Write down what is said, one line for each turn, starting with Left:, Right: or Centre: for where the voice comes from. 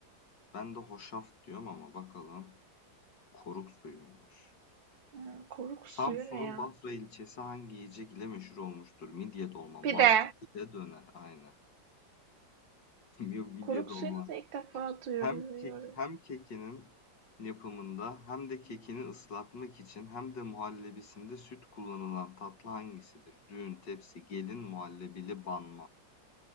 Left: Ben de hoşaf diyorum ama bakalım. Koruk suyuymuş.
Right: Hmm, Koruk
Left: Samsun'un
Right: suyu ne ya?
Left: Bafra ilçesi hangi yiyecek ile meşhur olmuştur? Midye dolma, mantı,
Right: Pide.
Left: pide, döner. Aynen. <laughs> Yok midye
Right: Koruk
Left: dolma.
Right: suyunu da ilk defa duyuyorum.
Left: Hem kek hem kekinin yapımında hem de kekini ıslatmak için hem de muhallebisinde süt kullanılan tatlı hangisidir? Düğün, tepsi, gelin, muhallebili banma.